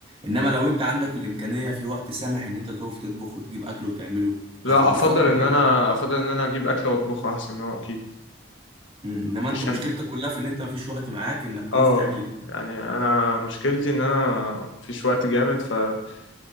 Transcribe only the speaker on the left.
لا
افضل
ان
انا
افضل ان انا اجيب اكل واطبخه احسن هو اكيد
عشان
اه
يعني انا مشكلتي ان انا مفيش وقت جامد فكتير